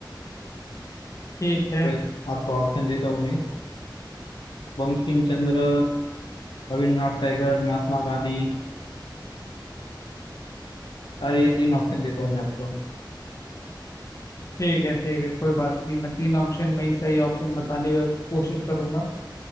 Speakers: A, on the left (about 40°); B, on the left (about 80°).
A: ठीक है
B: तो आपको ऑप्शन देता हूँ मैं बंकिम चंद्र रविंद्रनाथ टैगोर महात्मा गांधी और ये तीन ऑप्शन देता हूँ मैं आपको
A: ठीक है ठीक है कोई बात नहीं मैं तीन ऑप्शन में ही सही ऑप्शन बताने की कोशिश करूंगा